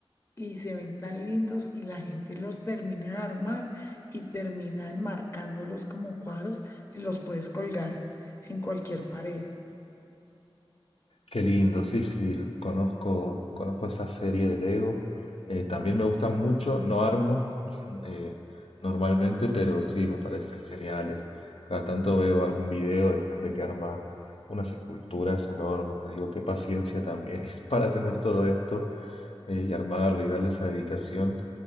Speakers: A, on the left; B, on the left.
A: y se ven tan lindos y la gente los termina de armar y termina enmarcándolos como cuadros y los puedes colgar en cualquier pared.
B: Qué lindo, sí, sí, conozco, conozco esa serie de Lego. Eh, también me gustan mucho, no armo <laughs> eh, normalmente, pero sí me parecen geniales. Cada tanto veo algún video de gente que arma unas esculturas enormes. Digo, qué paciencia también <laughs> para tener todo esto eh, y armarlo y darle esa dedicación.